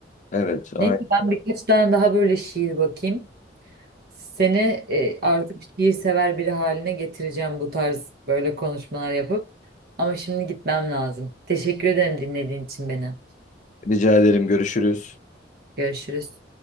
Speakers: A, on the left; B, on the right.
A: Evet, aynen.
B: Neyse ben birkaç tane daha böyle şiir bakayım. Seni e, artık şiir sever biri haline getireceğim bu tarz böyle konuşmalar yapıp. Ama şimdi gitmem lazım. Teşekkür ederim dinlediğin için beni.
A: Rica ederim. Görüşürüz.
B: Görüşürüz.